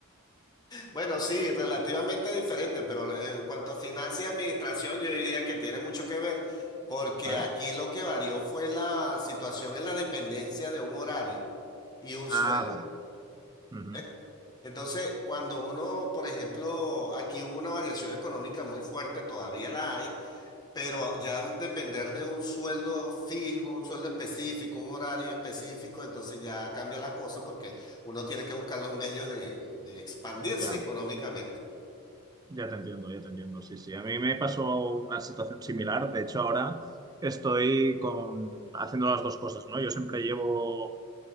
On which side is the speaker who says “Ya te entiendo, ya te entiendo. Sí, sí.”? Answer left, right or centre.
Right